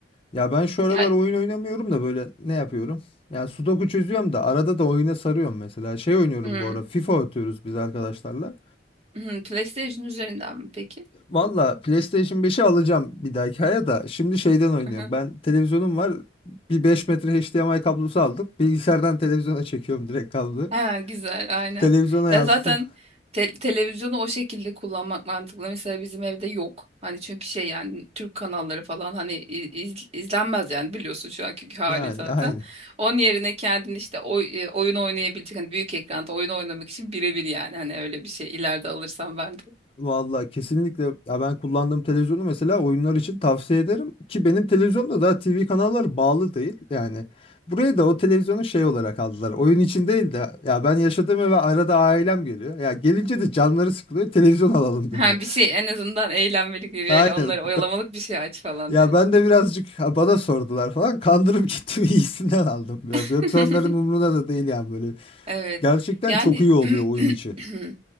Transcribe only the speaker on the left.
Ya ben şu aralar
oyun oynamıyorum da böyle ne yapıyorum? Yani Sudoku çözüyorum da arada da oyuna sarıyorum mesela. Şey oynuyorum
bu ara FIFA atıyoruz biz arkadaşlarla.
Valla PlayStation beşi alacağım bir dahaki aya da şimdi şeyden oynuyorum.
Ben televizyonum var bir 5 metre HDMI kablosu aldık. Bilgisayardan televizyona çekiyorum direkt kabloyu.
Televizyona
yansıtıp
yani
aynı.
Vallahi kesinlikle ya ben kullandığım televizyonu mesela oyunlar için tavsiye ederim ki benim televizyonda daha TV kanalları bağlı değil yani buraya da o televizyonu şey olarak aldılar oyun için değil de ya ben yaşadığım eve arada ailem geliyor ya gelince de canları sıkılıyor televizyon alalım dedi
aynen
ya
ben de birazcık ha, bana sordular falan kandırıp gittim <laughs> iyisinden aldım biraz
yoksa onların umruna da değil yani böyle
gerçekten
çok iyi oluyor
oyun için.